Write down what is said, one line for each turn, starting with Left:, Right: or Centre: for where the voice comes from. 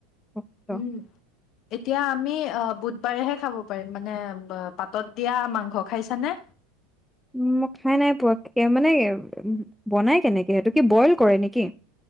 Centre: ভক্ত
Left: উম এতিয়া আমি বুধবাৰেহে খাব পাৰিম মানে পাতত দিয়া মাংস খাইছানে?
Centre: উ ম খাই নাই পোৱা মানে বনাই কেনেকে সেইটো কি বইল কৰে নেকি